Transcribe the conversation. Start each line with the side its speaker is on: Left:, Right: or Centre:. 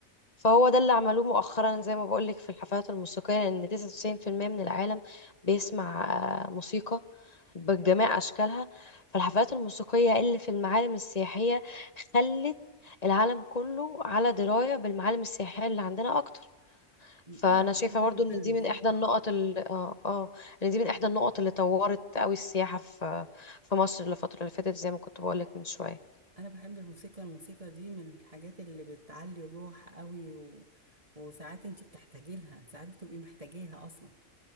Left: فهو ده اللي عملوه مؤخرا زي ما بقولك في الحفلات الموسيقية لأن 99% من العالم بيسمع آه، موسيقى بجميع أشكالها فالحفلات الموسيقية اللي في المعالم السياحية خلت العالم كله على دراية بالمعالم السياحية اللي عندنا أكتر فأنا
Right: انا
Left: شايفة
Right: انا بحب
Left: برضو إن
Right: الموسيقى
Left: دي من إحدى النقط اللي آه آه إن دي من إحدى النقط اللي طورت أوي السياحة في في مصر الفترة اللي فاتت زي ما كنت بقولك من شوية
Right: انا بحب الموسيقى الموسيقى دي من الحاجات اللي بتعلي الروح قوي و... وساعات انت بتحتاجي لها ساعات بتبقي محتاجاها اصلا